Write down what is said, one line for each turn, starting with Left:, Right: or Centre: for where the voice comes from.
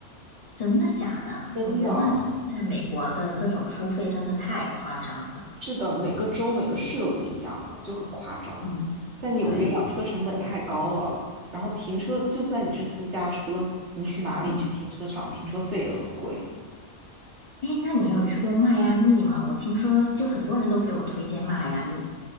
Left: 真的假的？
Right: 真的。
Left: 我觉得现在美国的各种收费真的太夸张了。
Right: 是的，每个州每个市都不一样嘛，就很夸张。
Left: 嗯，
Right: 在纽约养车成本太高了，
Left: 对，
Right: 然后停车，就算你是私家车，你去哪里去停车场，
Left: 嗯，
Right: 停车费也很贵。
Left: 哎，那你有去过迈阿密吗？我听说就很多人都给我推荐迈阿密。